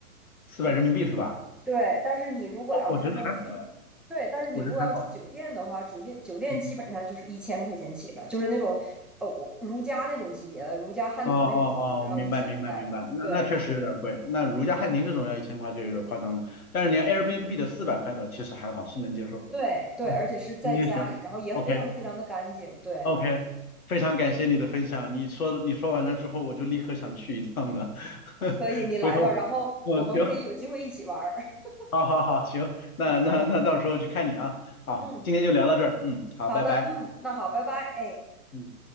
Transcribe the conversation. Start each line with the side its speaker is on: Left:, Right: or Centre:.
Left: 四百人民币是吧？
Centre: 对，但是你如果要是说去，
Left: 我我觉得还好哎，
Centre: 对，但是你如果要住酒店的话，
Left: 我觉得还好，
Centre: 酒店酒店基本上就是一千块钱起了，
Left: 嗯，
Centre: 就是那种呃我如家那种级别的，如家汉庭那种级别都要一千块了。
Left: 哦哦哦，明白明白明白，那那确实有点贵，
Centre: 对
Left: 那如家汉庭这种要一千块就有点夸张了，但是连 Airbnb 的四百块的其实还好，是能接受的，
Centre: 对对，
Left: 嗯，
Centre: 而且是在家里，
Left: 行行行，OK。
Centre: 然后也非常非常的干净。对，
Left: OK，非常感谢你的分享。你说你说完了之后，我就立刻想去一趟了。<laughs>
Centre: 可以，你来吧，
Left: 回头，
Centre: 然后我们可以有机会一起玩儿。
Left: 嗯，行，
Centre: <laughs>
Left: 好好好，行，那那那到时候去看你啊。好，
Centre: 嗯，
Left: 今天就聊到这儿，嗯，好，
Centre: 好的，
Left: 拜拜。
Centre: 嗯，那好，拜拜，哎。
Left: 嗯。